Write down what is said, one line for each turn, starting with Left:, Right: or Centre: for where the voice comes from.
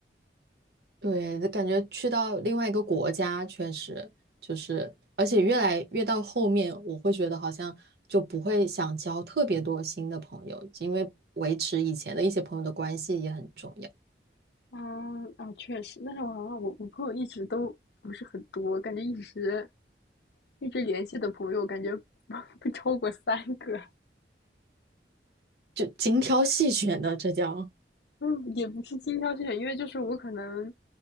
Right: 对，就感觉去到另外一个国家，确实就是，而且越来越到后面，我会觉得好像就不会想交特别多新的朋友，因为维持以前的一些朋友的关系也很重要，
Left: 嗯，啊，确实，但是我好像我我朋友一直都不是很多，感觉一直一直联系的朋友，感觉 <laughs> 不超过三个。
Right: 就精挑细选的，这叫。
Left: 嗯，也不是精挑细选，因为就是我可能，